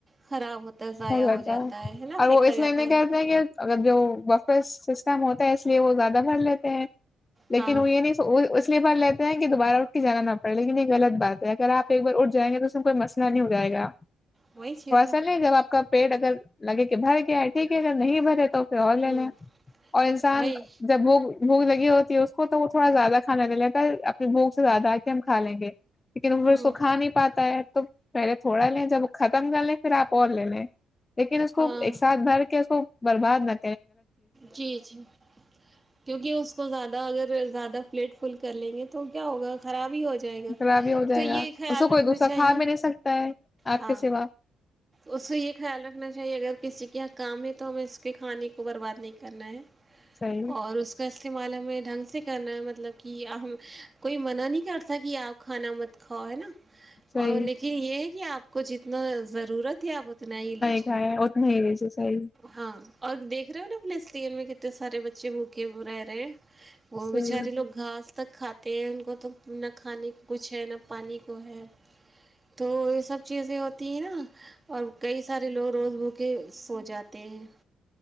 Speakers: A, on the right; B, on the left.
A: خراب ہوتا ہے ضائع
B: رہتا
A: ہو جاتا
B: ہے
A: نا
B: اور
A: پھینکا
B: وہ اس
A: جاتا
B: میںہے کہتے
A: ہے
B: ہیں کہ اگر جو وقفے سسٹم ہوتا ہے اس لیے وہ زیادہ بھر لیتے ہیں لیکن
A: ہاں
B: وہ یہ نہیں اس لیے پر لیتے کہ دوبارہ اٹھ کے جانا نہ پڑے لیکن یہ غط بات ہے اگر آپ ایک بار اٹھ جائیںے تو اس میں کوئی مسلہ نہیں ہو جائے گا
A: وہی چی تو
B: چلے جب آپ کا پیٹ اگر لگے کہ بھر گیا ہے ٹھیک ہے جگر نہیں بھرے تو اور لے
A: ہوں
B: لیں اور انسان
A: وہی
B: جب وہگ بھوک لگی ہوتی ہے اس کو تو وہ تھوڑا زیادہ کھانا لے لتا اپنی بھوک سے زیادہ آ کے ہم کا لیں گے لیکن
A: ہوں
B: ار سکھا نہیں پاتا ہے تو پہلے تھوڑا لیں جب ختم ج لے پھر آپ ل لیکن اس کو
A: ہاں
B: ایک ساتھ بھر کے اس کو برباد م
A: جی جی کیونکہ اس کو زیادہ اگر زیادہ پلیٹ فل کر لیں گے تو کیا ہوگا خرابی ہو جائے گا
B: خراب ہی ہو جائے
A: تو یہ
B: گا
A: خیال
B: اس کو کوئی
A: رکھنا
B: دوسرا
A: چاہیے
B: کھا بھی نہیں سکتا ہے آپ
A: ہاں
B: کے سوا
A: اس سے یہ خیال رکھنا چاہیے اگر کسی کے یہ کام ہے تو ہمیں اس کے کھانے کو برباد نہیں کرنا ہے
B: صحیح
A: اور اس کا شمالا میں ڈھنگ سے کرنا ہے مطلب کہ ہم کوئی منع نہیں کرتا کہ آپ کھانا مت کھاؤ ہے نا
B: صحیح
A: اور لیکن یہ کہ آپ کو جتنا ضرورت ت آپ اتنا ہی لیی
B: کھایا اتنا ہی لیجیے صحیح
A: ہاں اور دیکھ ھر پلسین میں کتے سے بچے بوکے برائے رہے ہیں وہ
B: صحیح
A: بچارے لوگ گھاس تک کھاتے ہیں ان کو تو نہ کھانے کچھ ہے نہ پانی کو ہے تو یہ سب چیزیں ہوتی ہیں نا اور کئی سارے لوگ روز بھوکے سو جاتے ہیں